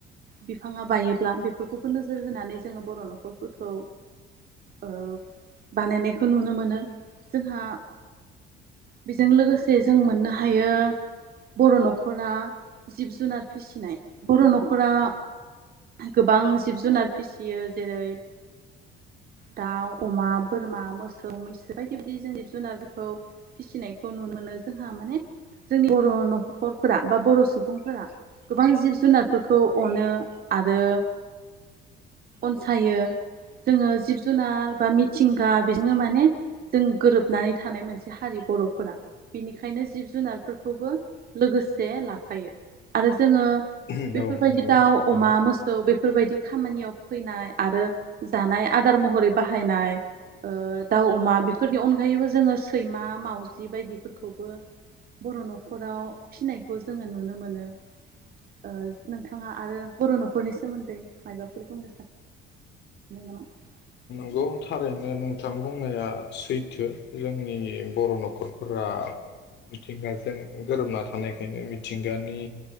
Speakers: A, on the right (about 50°); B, on the left (about 65°).
A: बिफाङा बायोब्ला बेफोरखौबो नोजोर होनानै जोङो बर' न'खरफोरखौ ओ बानायनायखौ नुनो मोनो जोंहा बेजों लोगोसे जों मोननो हायो बर' न'खरा जिब जुनार फिसिनाय। बर' न'खरा गोबां जिब जुनार फिसियो जेरै दाउ, अमा, बोरमा, मोसौ, मैसो बायदि बायदि जों जिब जुनारफोरखौ फिसिनायखौ नुनो मोनो जोंहा माने जोंनि बर' न'खरफोरा बा बर' सुबुंफोरा गोबां जिब जुनारफोरखौ अनो आरो अनसायो जोङो जुनार बा मिथिं गा बेजोंनो माने जों गोरोबनानै थानाय मोनसे हारि बर'फोरा बेनिखायनो जिब जुनारफोरखौबो लोगोसे लाफायो आरो जोङो
B: नंगौ
A: बेफोरबायदि दाउ,
B: थारैनो
A: अमा, मोसौ बे बेफोरबायदि खामानियाव फैनाय आरो जानाय आदा आदार महरै बाहायनाय ओ दाउ अमा बेफोरनि अनगायैबो जोङो सैमा मावजि बायदिफोरखौबो बर' न'खराव फिसिनायखौ जोङो नुनो मोनो ओ नोंथाङा आरो बर' न'खरनि सोमोन्दै मायबाफोर बुंनो सानो <unintelligible>
B: गौ थारैनो नोंथां बुंनाया सैथो जों जोंनि बर' न'खरफोर मिथिंगाजों गोरोबना थानायखायनो मिथिंगानि